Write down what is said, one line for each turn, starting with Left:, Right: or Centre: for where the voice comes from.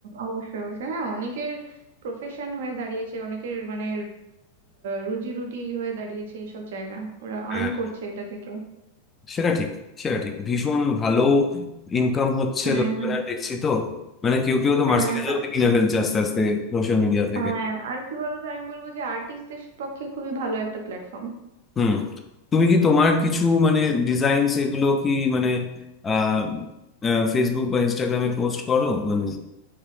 Right: অবশ্যই অবশ্যই হ্যাঁ অনেকের প্রফেশন হয়ে দাঁড়িয়েছে অনেকের মানে রুজি রুটি হয়ে দাঁড়িয়েছে এইসব জায়গা ওরা আর্ন
Left: হ্যাঁ
Right: করছে এটা থেকে
Left: সেটা ঠিক সেটা ঠিক ভীষণ ভালো ইনকাম হচ্ছে
Right: হুম
Left: লোকেরা
Right: হুম
Left: দেখছি তো মানে কেউ কেউ তো
Right: হ্যাঁ
Left: মার্সিডিজ
Right: তো
Left: অব্দি কিনে ফেলছে আস্তে আস্তে সোশ্যাল মিডিয়া থেকে
Right: হ্যাঁ আর কি বলতো আমি বলবো যে আর্টিস্টদের পক্ষে খুবই ভালো একটা প্ল্যাটফর্ম
Left: হুম তুমি কি তোমার কিছু মানে ডিজাইন এগুলো কি মানে আহ ফেসবুক বা ইনস্টাগ্রামে পোস্ট করো মানে